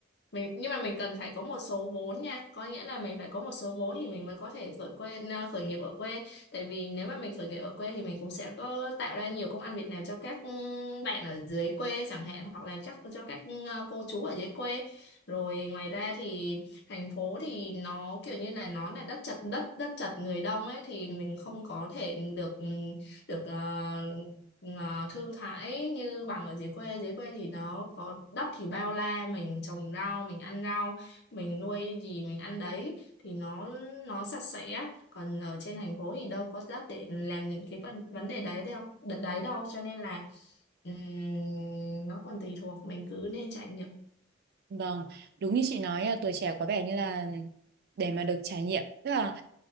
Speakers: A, on the left; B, on the right.
A: mình nhưng mà mình cần phải có một số vốn nha có nghĩa là mình phải có một số vốn thì mình mới có thể khởi quê ờ, khởi nghiệp ở quê tại vì nếu mà mình khởi nghiệp ở quê thì mình cũng sẽ có tạo ra nhiều công ăn việc làm cho các ừ, bạn ở dưới quê chẳng hạn hoặc là chắc cho các ừ, ờ, cô chú ở dưới quê rồi ngoài ra thì thành phố thì nó kiểu như là nó là đất chật đất đất chật người đông ấy thì mình không có thể được ừ, được ờ, ờ, thư thái như bằng ở dưới quê dưới quê thì nó có đất thì bao la mình trồng rau mình ăn rau mình nuôi gì mình ăn đấy thì nó nó sạch sẽ còn ở trên thành phố thì đâu có đất để làm những cái vấn vấn đề đấy đâu đấy đâu cho nên là ừm, nó còn tùy thuộc mình cứ nên trải nghiệm
B: Vâng, đúng như chị nói à, tuổi trẻ có vẻ như là để mà được trải nghiệm, tức là